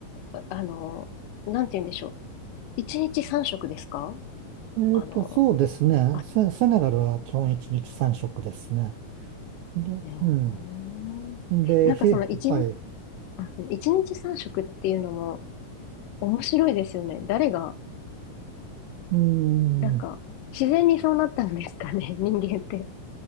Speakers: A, on the left (about 80°); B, on the right (about 80°).
A: あ、あの、なんて言うんでしょう。一日三食ですか
B: えっと、
A: あの、
B: そうですね。
A: あ、
B: セ、セネガルは基本1日三食ですね。で、
A: えー、
B: うん。で、
A: なんかその一日、
B: ひ、はい。
A: あ、一日三食っていうのも面白いですよね。誰が、
B: うん。
A: なんか、
B: い
A: 自然にそうなったんですかね、<laughs> 人間って。